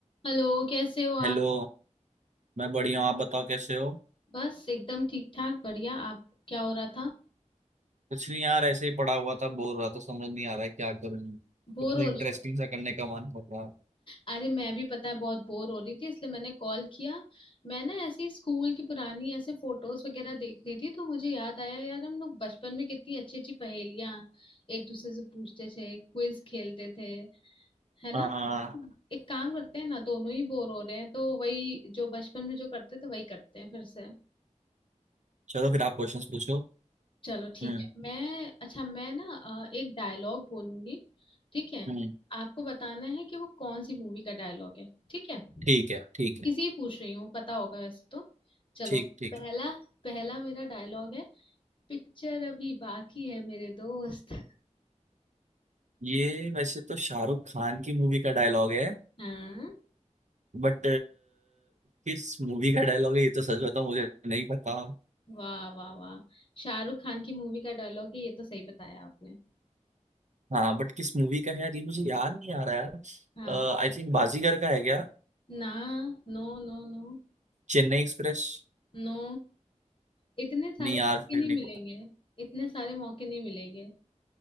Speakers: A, on the left; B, on the right.
A: Hello कैसे हो आप
B: हेलो मैं बढ़िया हूँ आप बताओ कैसे हो
A: बस एकदम ठीक ठाक बढ़िया आप क्या हो रहा था
B: कुछ नहीं यार ऐसे ही पड़ा हुआ था बोर रहा था समझ नहीं आ रहा है क्या करूँ
A: बोर
B: कुछ
A: हो
B: इंटरेस्टिंग
A: रही हो
B: सा करने का मन कर रहा है
A: अरे मैं भी पता है बहुत बोर हो रही थी इसलिए मैंने कॉल किया मैं ना ऐसे ही स्कूल की पुरानी ऐसे फोटोज वगैरह देख रही थी तो मुझे याद आया यार हम लोग बचपन में कितनी अच्छी अच्छी पहेलियां एक दूसरे से पूछते थे क्विज खेलते थे है
B: हाँ
A: ना एक काम करते हैं ना दोनों ही बोर हो रहे हैं तो वही जो बचपन में जो करते थे वही करते हैं फिर से
B: चलो फिर आप क्वेश्चंस पूछो
A: चलो ठीक
B: हम्म
A: है मैं अच्छा मैं ना अ, एक डायलॉग बोलूंगी ठीक है
B: हम्म
A: आपको बताना है कि वो कौन सी मूवी का डायलॉग है ठीक है
B: ठीक है ठीक
A: किसी
B: है
A: ही पूछ रही हूँ पता होगा वैसे तो चलो
B: ठीक ठीक
A: पहला
B: है
A: पहला मेरा डायलॉग है पिक्चर अभी बाकी है मेरे दोस्त
B: ये वैसे तो शाहरुख खान की मूवी का डायलॉग है
A: हाँ
B: बट किस मूवी का डायलॉग है ये तो सच बताऊं मुझे नहीं पता
A: वाह वाह वाह शाहरुख खान की मूवी का डायलॉग है ये तो सही बताया आपने
B: हाँ बट किस मूवी का है यार ये मुझे याद नहीं आ रहा यार
A: हाँ
B: आई थिंक बाजीगर का है क्या
A: ना No no no
B: चेन्नई एक्सप्रेस
A: नो इतने सारे
B: नहीं यार
A: मौके
B: फिर
A: नहीं
B: नहीं
A: मिलेंगे इतने सारे मौके नहीं मिलेंगे